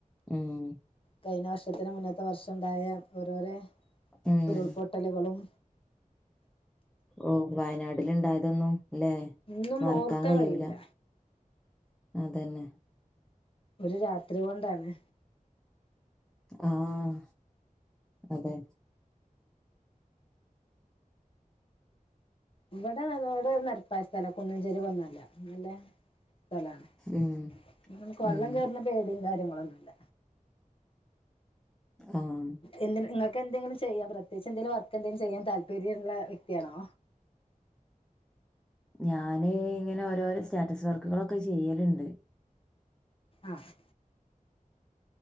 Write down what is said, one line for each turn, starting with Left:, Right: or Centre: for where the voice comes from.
Centre: ഉം
Left: കഴിഞ്ഞ വർഷത്തിന് മുന്നത്തെ വർഷം ഉണ്ടായ ഓരോരേ
Centre: ഉം
Left: ഉരുൾപൊട്ടലുകളും
Centre: ഓഹ് വയനാടില് ഇണ്ടായതൊന്നും ല്ലേ
Left: ഒന്നും
Centre: മറക്കാൻ
Left: ഓർക്കാൻ
Centre: കയ്യൂല
Left: കഴിയൂല
Centre: അതന്നെ
Left: ഒരു രാത്രി കൊണ്ടാണ്
Centre: ആഹ് അതെ
Left: ഇവിടെ ഇവിടെ നെരപ്പായ സ്ഥലാ കുന്നുഞ്ചേരിവൊന്നുമല്ല നല്ല സ്ഥലാണ്
Centre: ഉം
Left: <unintelligible> വെള്ളം
Centre: ഉം
Left: കേറണ പേടിം കാര്യങ്ങളൊന്നും ഇല്ല
Centre: ആഹ്
Left: എന്ത്‌ന് നിങ്ങക്ക് എന്തെങ്കിലും ചെയ്യാം പ്രത്യേകിച്ച് എന്തേലും വർക്ക് എന്തേലും ചെയ്യാൻ താല്പര്യള്ള വ്യക്തിയാണോ
Centre: ഞാന് ഇങ്ങനെ ഓരോരോ സ്റ്റാറ്റസ് വർക്കുകളൊക്കെ ചെയ്യല്ണ്ട്
Left: ആഹ്